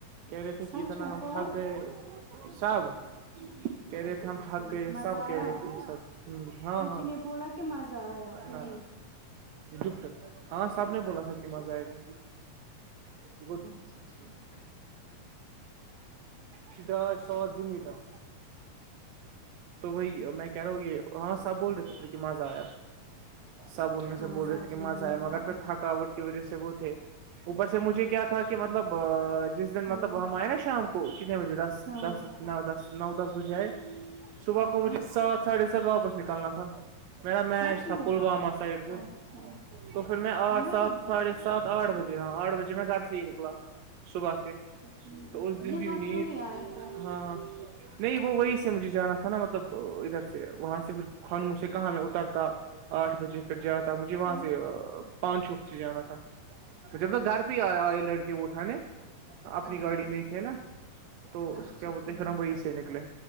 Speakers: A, on the right; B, on the right.
A: کہہ رہے تھے
B: سچ
A: کہ اتنا
B: میں
A: ہم
B: کون
A: تھک گئے سب کہہ رہے
B: اچھا
A: تھے ہم تھک
B: ٹھیک
A: گئے
B: مزہ
A: سب کہہ
B: آیا
A: رہے تھے سب ہ ہاں
B: کسی
A: ہاں
B: نے بولا کہ مزہ آیا کہ
A: نہ
B: نہیں
A: نہ پٹ ہاں سب نے بولا تھا کہ مزہ آئے گا یہ
B: اچھا ٹھیک
A: چ ڈا سات زین کار تو وہی میں کہہ رہا ہوں یہ ہاں سب بول رہے تھے پھر کہ مزا آیا سب ان میں
B: ہاں
A: سے بول
B: سچ
A: رہے تھے کہ
B: میں
A: مزہ آئے
B: آیا
A: مگر پھر تھکاوٹ وجہ سے وہ تھے اوپر سے مجھے کیا تھا کہ مطلب جس دن مطلب
B: ہاں
A: آئے نا شام کو کتنے بجے دس
B: ہاں
A: دس ن دس نو دس بجے آئے صبح
B: ہاں
A: کو مجھے سات ساڑھے سات واپس نکالنا تھا میرا میچ
B: سچ
A: تھا
B: میں
A: پلوامہ سائڈ سے
B: اچھا
A: تو پھر میں آٹھ
B: لئی
A: سات ساڑھے سات آٹھ بجے ہاں آٹھ بجے میں گھر سے ہی نکلا صبح کے
B: ٹیک
A: تو اس دن
B: یہاں
A: بھی نیند
B: کیوں نہیں آئے پھر
A: ہاں نہیں وہ وہی سے مجھے جانا تھا نا مطلب ادھر سے وہاں سے پھر خان منھ سے کہاں میں اترتا آٹھ بجے پھر جایا تھا مجھے وہاں
B: پھر
A: سے پان چوک سے جانا تھا جب توک گھر
B: اچھا
A: پہ آئی لڑکی وہ اٹھانے اپنی
B: اچھا
A: گاڑی
B: اچھا
A: میں تھے
B: ٹھیک
A: نا تو اس
B: اچھا
A: کیا بولتے
B: ٹھیک
A: شرم بھائی سے سے نکلے